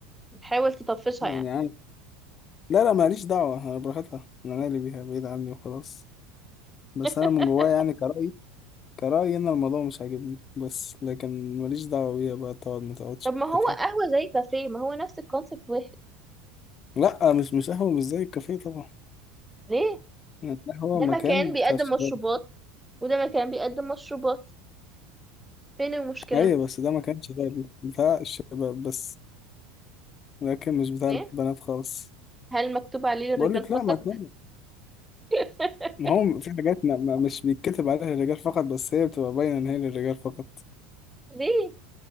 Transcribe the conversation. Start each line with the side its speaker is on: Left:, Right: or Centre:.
Centre: بتحاول تطفشها
Left: يعني
Centre: يعني
Left: لا لا ماليش دعوة أنا براحتها أنا مالي بيها بعيد عني وخلاص بس
Centre: <laughs>
Left: أنا من جوايا يعني كرأيي كرأيي إن الموضوع مش عاجبني بس لكن ماليش دعوة بيها بقى تقعد ما تقعدش
Centre: طب ما
Left: براحتها
Centre: هو قهوه زي كافيه ما هو نفس الكونسيبت واحد
Left: لا مش مش قهوة مش زي الكافيه طبعا
Centre: ليه
Left: يعني القهوة
Centre: ده
Left: مكان
Centre: مكان بيقدم
Left: بتاع الشباب
Centre: مشروبات وده مكان بيقدم مشروبات فين المشكلة
Left: أيوة بس ده مكان شبابي بتاع الشباب بس لكن مش بتاع
Centre: ايه
Left: البنات خالص
Centre: هل مكتوب عليه للرجال
Left: بقولك لا
Centre: فقط
Left: مكان
Centre: <laughs>
Left: ما هو في حاجات ما ما- مش بيتكتب عليها للرجال فقط بس هي بتبقى باينة إن هي للرجال فقط
Centre: ليه